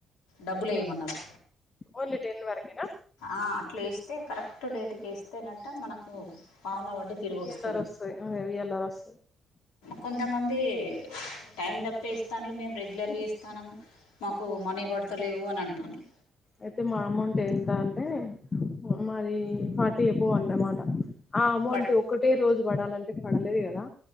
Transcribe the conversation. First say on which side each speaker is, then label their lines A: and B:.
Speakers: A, on the left; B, on the left.
A: డబ్బులు ఏయమన్నారు
B: ఓన్లీ టెన్ వరకేనా
A: ఆ అట్లా వేస్తే కరెక్ట్ డేట్కి వేస్తేనట మనకు పాములు వడ్డీ తిరిగి
B: వి
A: వస్తది
B: ఎల్ రస్ అదే వి ఎల్ ఆ రస్
A: కొంతమంది టైం తప్పే ఇస్తాంన్లు మేము రెగ్యులర్గా ఇస్తానము. మాకు మనీ పడతలేవు అని అంటున్లు
B: అయితే మా అమౌంట్ ఎంత అంటే మది ఫార్టీ ఏబౌ అన్నమాట ఆ అమౌంట్
A: బట్
B: ఒకటే రోజు పడాలంటే పడలేదు కదా